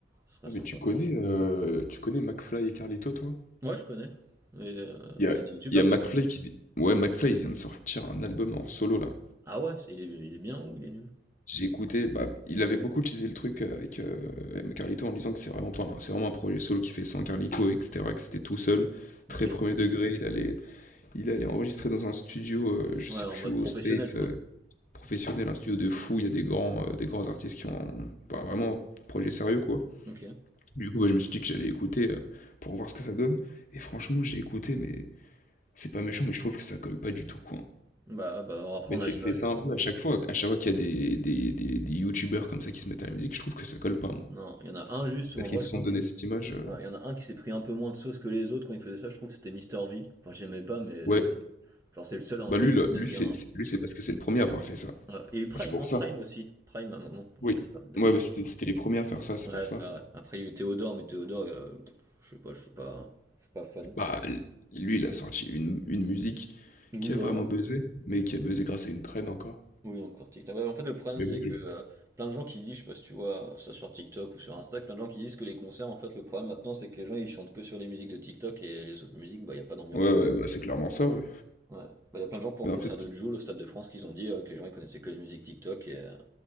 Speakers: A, on the right (about 15°); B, on the left (about 40°).
A: Ce serait
B: Ah,
A: sympa.
B: mais tu connais, euh, tu connais McFly et Carlito, toi?
A: Ouais, je connais. Mais, euh,
B: Il
A: mais
B: y a,
A: c'est des youtubeurs.
B: il y a McFly
A: ça.
B: qui... vi- Ouais, McFly il vient de sortir un album en solo, là.
A: Ah ouais, c'est- il est, il est bien ou il est nul?
B: J'ai écouté, bah, il avait beaucoup teasé le truc euh, avec euh, Carlito en disant que c'est vraiment pas, un- c'est vraiment un projet solo qui fait sans Carlito, etc., que c'était tout seul,
A: Ok.
B: très premier degré, il allait, il allait enregistrer dans un studio, euh, je
A: Ouais,
B: sais
A: en
B: plus
A: mode
B: où,
A: professionnel,
B: aux States,
A: quoi.
B: euh, professionnel, un studio de fou, il y a des grands, euh, des grands artistes qui ont, bah, vraiment, projet sérieux, quoi.
A: Ok.
B: Du coup, bah, je me suis dit que j'allais écouter euh, pour voir ce que ça donne. Et franchement, j'ai écouté, mais c'est pas méchant, mais je trouve que ça colle pas du tout, quoi.
A: Bah, bah alors après,
B: Mais
A: on
B: c'est
A: a l'image.
B: c'est ça un
A: euh,
B: peu à chaque fois, à chaque fois qu'il y a des, des, des, des youtubeurs comme ça qui se mettent à la musique, je trouve que ça colle pas, moi.
A: Non, il y en a un juste
B: Parce
A: ou en
B: qu'ils
A: vrai,
B: se
A: je
B: sont
A: pense.
B: donné cette image. euh,
A: ouais, il y en a un qui s'est pris un peu moins de sauce que les autres quand il faisait ça, je trouve, c'était Mister V. Enfin, j'aimais pas, mais euh,
B: Ouais.
A: genre, c'est le seul, entre
B: Bah lui,
A: guillemets,
B: là, lui,
A: qui
B: c'est
A: a un.
B: c'est- lui, c'est parce que c'est le premier à avoir fait ça.
A: Ouais. Il y a eu Prime,
B: C'est pour
A: non?
B: ça.
A: Prime aussi. Prime, à un moment,
B: Oui.
A: il faisait pas mal de
B: Ouais,
A: musique.
B: bah c'était c'était les premiers à faire ça, c'est
A: Ouais,
B: pour
A: c'est
B: ça.
A: vrai. Après, il y a eu Théodore, mais Théodore, euh, pff, je sais pas, je suis pas, je suis pas fan.
B: Bah l- lui, il a sorti une, une musique
A: Oui,
B: qui a
A: voilà.
B: vraiment buzzé, mais qui a buzzé grâce à une traîne encore.
A: Oui, encore TikTok. Ouais, en fait, le problème,
B: Mais
A: c'est
B: bon.
A: que
B: je-
A: euh, plein de gens qui disent, je sais pas si tu vois ça sur TikTok ou sur Insta, plein de gens qui disent que les concerts, en fait, le problème maintenant, c'est que les gens, ils chantent que sur les musiques de TikTok et les autres musiques, bah, il y a pas d'ambiance,
B: Ouais,
A: quoi.
B: ouais, bah, c'est clairement ça, ouais.
A: Ouais. Bah, il y a plein de gens pour
B: Mais
A: le concert
B: en fait,
A: de Jul au Stade de France qu'ils ont dit euh, que les gens, ils connaissaient que les musiques TikTok et, euh,